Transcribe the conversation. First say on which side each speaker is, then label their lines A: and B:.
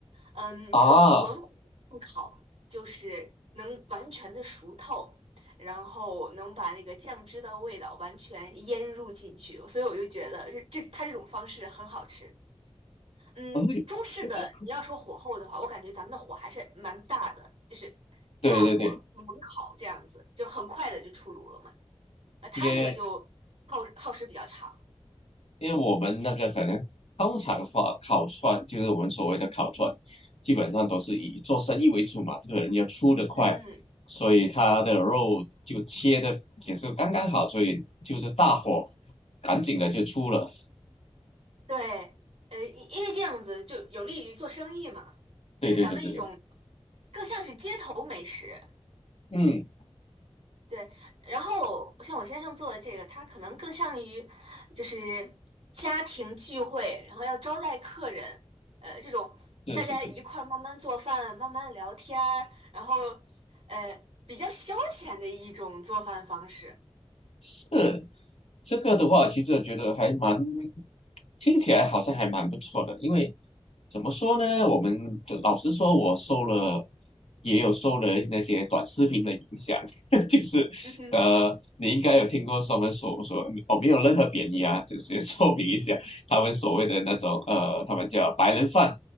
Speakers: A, on the right (about 75°); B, on the left (about 75°).
A: 嗯，
B: 啊，
A: 这种文火不烤，就是能完全的熟透。然后能把那个酱汁的味道完全腌入进去，所以我就觉得这这它这种方式很好吃。嗯，
B: 嗯，
A: 中式的你要说火候的话，
B: 这个
A: 我感觉咱们的火还是蛮大的，就是大火猛烤这样子，
B: 对对对，
A: 就很快的就出炉了嘛。呃，它这个就
B: 因为
A: 耗耗时比较长。
B: 因为我们那个可能通常话烤串，就是我们所谓的烤串，基本上都是以做生意为主嘛，这个人要出得快，
A: 嗯，
B: 所以他的肉就切的也是刚刚好，所以就是大火赶紧的就出了。
A: 对，呃，因因为这样子就有利于做生意嘛，
B: 对对对对对，
A: 是咱们一种更像是街头美食。
B: 嗯，
A: 对，然后像我先生做的这个，他可能更像于就是家庭聚会，然后要招待客人，呃，这种大家一块儿慢慢做饭、
B: 是是是。
A: 慢慢聊天儿，然后呃比较消遣的一种做饭方式。
B: 是这个的话，其实我觉得还蛮听起来好像还蛮不错的，因为怎么说呢，我们就老实说，我受了也有受了那些短视频的影响，<laughs> 就是呃，
A: 嗯哼，
B: 你应该有听过他们所说，我没有任何贬义啊，只是说明一下他们所谓的那种呃，他们叫白人饭，